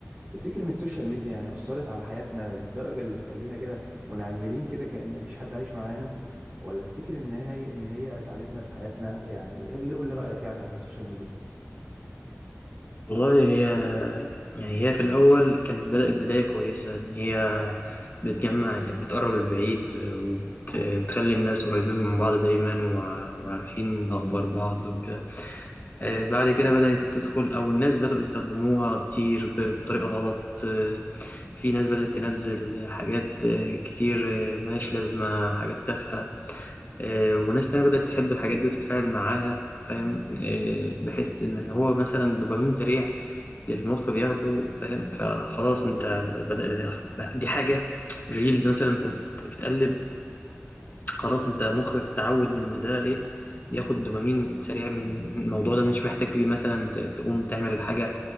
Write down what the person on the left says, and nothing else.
والله هي يعني هي في الأول كانت بدأت بداية كويسة إن هي بتجمع يعني بتقرب البعيد وبتخلي الناس قريبين من بعض دايما و- وعارفين أخبار بعض وكده آه، بعد كده بدأت تدخل أو الناس بدأوا يستخدموها كتير ب- بطريقة غلط آه، في ناس بدأت تنزل حاجات آه، كتير آه، ملهاش لازمة حاجات تافهة آه، وناس تانية بدأت تحب الحاجات دي وتتفاعل معاها فاهم آه، بحس إن هو مثلا دوبامين سريع للمخ بياخده فاهم فخلاص انت بدأ دي حاجة ريلز مثلا انت بتقلب خلاص انت مخك تعود ان ده ايه بياخد دوبامين سريع من الموضوع ده مش محتاج مثلا ت- تقوم تعمل حاجة